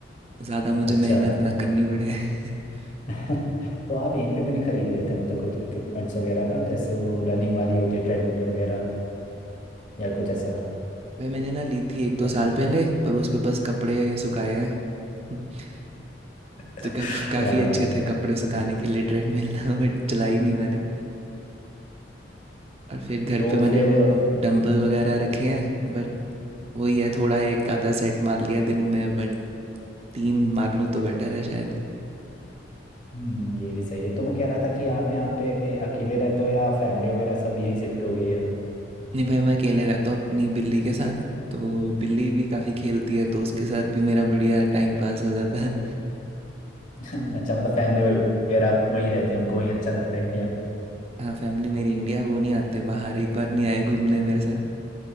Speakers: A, on the right; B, on the left.
A: ज़्यादा मुझे
B: अच्छा
A: मेहनत ना करनी पड़े <laughs>
B: <laughs> तो आप यहीं पे क्यों नहीं खरीद लेते मतलब कुछ इक्विपमेंट्स वगैरह ना जैसे वो रनिंग वाली होती है ट्रेडमिल वगैरह या कुछ ऐसा
A: भाई मैंने ना ली थी एक दो
B: या
A: साल पहले पर उस पे बस कपड़े सुखाए हैं <laughs>
B: <laughs>
A: तो काफ, काफ़ी
B: वाह
A: अच्छे
B: भाई
A: थे कपड़े सुखाने के लिए ट्रेडमिल था बट चलाई नहीं मैंने और फिर घर
B: तो
A: पे मैंने
B: फिर
A: वो डंबल वगैरह रखे हैं बट वही है थोड़ा एक आधा सेट मार लिया दिन में बट तीन मार लूँ तो बेटर है
B: हम्म, ये भी सही है तो मैं कह रहा था कि आप यहाँ पे अकेले रहते हो या फैमिली वगैरह सब यहीं शिफ्ट हो गई है अब
A: नहीं भाई मैं अकेले रहता हूँ अपनी बिल्ली के साथ तो बिल्ली भी काफ़ी खेलती है तो उसके साथ भी मेरा बढ़िया टाइम पास हो जाता है
B: <laughs>
A: तो
B: अच्छा मतलब फैमिली वगैरह वहीं रहती है उनको वहीं अच्छा लगता है इंडिया में
A: हाँ फैमिली मेरी इंडिया वो नहीं आते बाहर एक बार नहीं आए घूमने मेरे साथ